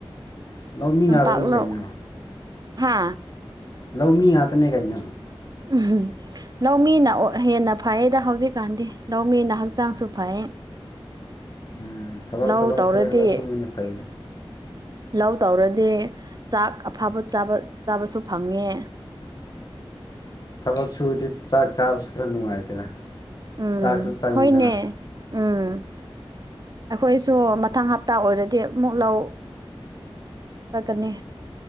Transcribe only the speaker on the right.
ꯇꯝꯄꯥꯛꯂꯣ
ꯍꯥ
<unintelligible> ꯂꯧꯃꯤꯅ ꯑ‌ꯣ ꯍꯦꯟꯅ ꯐꯩꯌꯦꯗ ꯍꯧꯖꯤꯛꯀꯥꯟꯗꯤ ꯂꯧꯃꯤꯅ ꯍꯛꯆꯥꯡꯁꯨ ꯐꯩ
ꯂꯧ
ꯇꯧꯔꯗꯤ
ꯂꯧ ꯇꯧꯔꯗꯤ ꯆꯥꯛ ꯑꯐꯕꯥ ꯆꯥꯕ ꯆꯥꯕꯁꯨ ꯐꯪꯉꯦ
ꯎꯝ
ꯍ‌ꯣꯏꯅꯦ ꯎꯝ ꯑꯈꯣꯏꯁꯨ ꯃꯊꯪ ꯍꯞꯇꯥ ꯑꯣꯏꯔꯗꯤ ꯑꯃꯨꯛ ꯂꯧ ꯆꯠꯀꯅꯤ